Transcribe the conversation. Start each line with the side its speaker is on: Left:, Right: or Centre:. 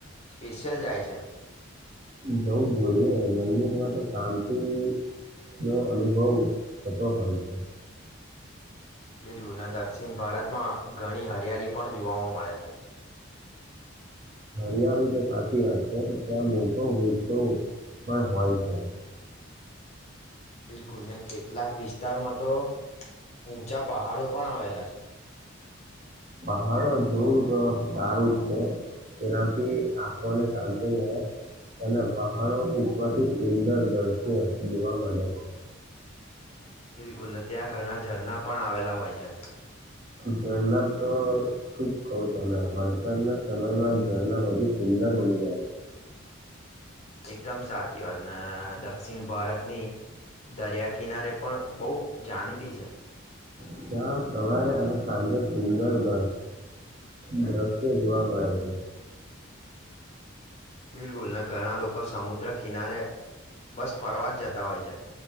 Left: સ્પેશિયલ જાય છે
Right: જઉું જોઈએ મંદિરમાં તો શાંતિ નો અનુભવ થતો હોય છે
Left: બિલકુલ અને દક્ષિણ ભારતમાં ઘણી હરિયાલી પણ જોવાવા મળે છે
Right: હરિયાળી તો સાચી વાત છે ત્યાં મોટો હ તો. પણ હોય છે.
Left: બિલકુલ ન કેટ કેટલાક વિસ્તારમાં તો ઉઊંચા પહાડો પણ આવેલા છે.
Right: હાલ જોવું તો સારું જ છે તેનાથી આંખોને શાંતિ મળે. અને પહાડો ઉપરથી સુંદર દ્રશ્ય જોવા મળે છે.
Left: બિલકુલ નથી ત્યાં ઘણા ઝરણા પણ આવેલા હોય છે.
Right: ઝરણા તો શું કું તમને વરસાદના સમયમાં ઝરણા વધુ અંદર મળની આવે.
Left: એકદમ સાચી વાત ને દક્ષિણ ભારતની દરિયા કિનારે પણ બહુ જાણીતી છે.
Right: હ <inaudible> જ્યાં સવારે અને સાંજે સુંદર દ દ્રશ્ય જોવા મળે છે <inaudible>
Left: બિલગુલને ઘણા લોકો સમુદ્ર કિનારે બસ ફરવા જ જતા હોય છે.